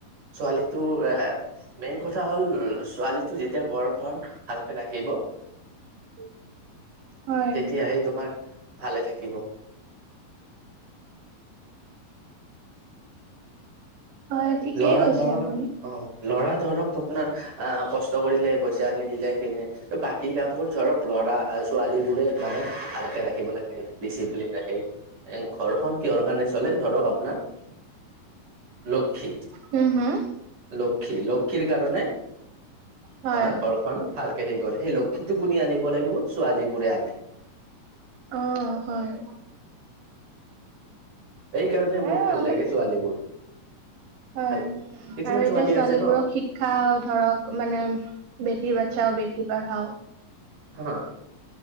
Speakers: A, on the right; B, on the right.
A: ছোৱালীটো এ মেইন কথা হল ছোৱালীটো যেতিয়া ঘৰখন ভালকে ৰাখিব
B: <inaudible> হয়,
A: তেতিয়াহে তোমাৰ ভালে থাকিব।
B: হয়, ঠিকেই
A: লৰা
B: কৈছে
A: ধৰক,
B: আপুনি।
A: অ' লৰা ধৰক আপোনাৰ আহ, কষ্ট কৰিলে পইচা আনি দিলে সেইখিনি বাকী কামবোৰ ধৰক লৰা অ', ছোৱালীবোৰে মানে ভালকে ৰাখিব লাগে ডিচিপ্লিন ৰাখে। ঘৰখন কিহৰ কাৰণে চলে ধৰক আপোনাৰ লক্ষী।
B: হুম-হুম
A: লক্ষী, লক্ষীৰ কাৰণে
B: হয়,
A: আমাৰ ঘৰখন খন ভালকে হেই কৰে সেই লক্ষীতো কোনে আনিব লাগিব, ছোৱালীবোৰে আনে।
B: অ' হয়
A: সেইকাৰণে মোৰ
B: এ
A: ভাল
B: আমাৰ
A: লাগে ছোৱালীবোৰ।
B: হয়
A: ভাল কিছুমান
B: আৰু
A: ছোৱালী
B: এতিয়া ছোৱালীবোৰক
A: আছে ন
B: শিক্ষা খাও ধৰক মানে বেটি বাচাও, বেটি পঢ়াও।
A: হা